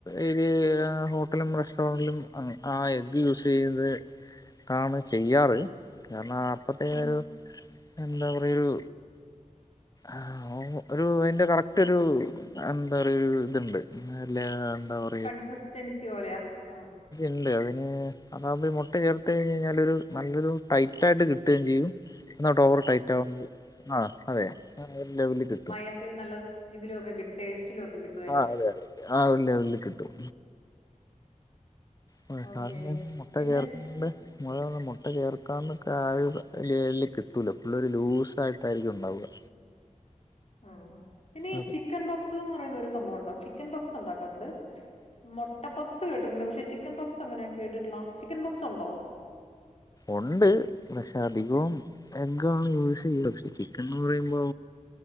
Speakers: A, on the left; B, on the left.
A: ഏരിയയിലുള്ള ഹോട്ടലും റെസ്റ്റോറന്റിലും അങ്ങനെ ആ എഗ്ഗ് യൂസ് ചെയ്ത് കാണ് ചെയ്യാറ് കാരണം അപ്പ ത്തേ
B: ഉം
A: ഒരു എന്താ പറയാ ഒരു ആ ഒരു അതിന്റെ കറക്‌റ്റൊരു എന്താ പറയ ഇതുണ്ട് ആല്ലേ ഉണ്ടാവ
B: കൺസിസ്റ്റൻസി പോലെയ ആ
A: ഉണ്ട് അതിന് അതാകുമ്പോ ഈ മുട്ട ചേർത്ത് കഴിഞ്ഞ് കഴിഞ്ഞാൽ ഒരു നല്ലൊരു ടൈറ്റായിട്ട് കിട്ടുകയും ചെയ്യും എന്നാ ട്ട് ഓവറ് ടൈറ്റ് ആക ആ അതെ ആ ഒരു ലെവലിൽ കിട്ടും
B: മയത്തിലും നല്ല ഇതിലൊക്കെ കിട്ടി ടേസ്റ്റിലും ഒക്കെ കി
A: ആഹ് അതെ അതെ ആഹ് ഒരു ലെവൽ കിട്ടും <unintelligible>
B: ഓക്കെ
A: മുട്ട
B: പിന്നെ
A: ചേർക്കുന്നുണ്ട് മുഴ മുട്ട ചേർക്കാതൊക്കെ ആഴ ലലിൽ കിട്ടൂല്ല ഫുള്ളൊ ഒരു ലൂസായിട്ടായിരിക്കും ഉണ്ടാവുക
B: ആഹ് പിന്നെ ഈ
A: അതെ
B: ചിക്കൻ പപ്സ് എന്ന് പറയുന്ന ഒരു സംഭവൊണ്ടാ ചിക്കൻ പപ്സ് ഇണ്ടാക്കാറ്ണ്ട്? മൊട്ട പപ്സ് കേട്ടിട്ട്ണ്ട് പക്ഷെ ചിക്കൻ പപ്സ് ങ്ങനെ കേട്ടിട്ടില്ല ചിക്കൻ പപ്സ് ഉണ്ടോ?
A: ഒണ്ട് പക്ഷെ അധികവും. എഗ്ഗ് ആണ് യൂസ് ചെയ്യുന്നത് ചിക്കൻ എന്ന് പറയുമ്പോ